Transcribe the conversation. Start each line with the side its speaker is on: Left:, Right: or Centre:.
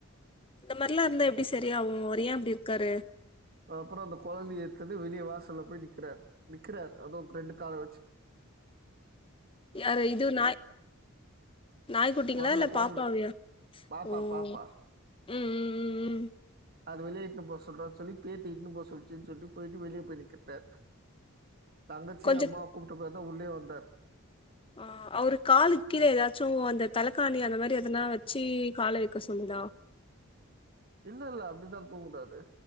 Left: இந்த மாரிலாம் இருந்தா எப்டி செரியாகும் அவர் ஏன் இப்டி இருக்காரு
Right: அப்புறம் அந்த கொழந்தைய எடுத்து வந்து வெளிய வாசல்ல போய் நிக்கிறாரு நிக்கிறாரு அதுவும் ரெண்டு கால வச்சுட்டு
Left: யாரு இது நாய் நாய்க்குட்டிங்களா
Right: குழந்தை
Left: இல்ல
Right: குழந்தை
Left: பாப்பாவியா
Right: பாப்பா
Left: ஓ உம்
Right: பாப்பா
Left: உம் உம் உம் ம்
Right: அது வெளியே இட்டுன்னு போ சொல்றான்னு சொல்லி பேத்தி இட்டுன்னு போ சொல்லச்சுன்னு சொல்ட்டு போயிட்டு வெளியே போயி நிக்கிற தங்கச்சிய
Left: கொஞ்சோ
Right: அம்மா கூப்பிட்டு பா தா உள்ளே வந்தாரு
Left: ஆஹ் அவரு காலு கீல ஏதாச்சும் அந்த தலக்காணி அந்த மாரி எதனா வச்சி கால வக்க சொல்லுடா
Right: இல்ல இல்ல அப்டிதான் தூங்கறாரு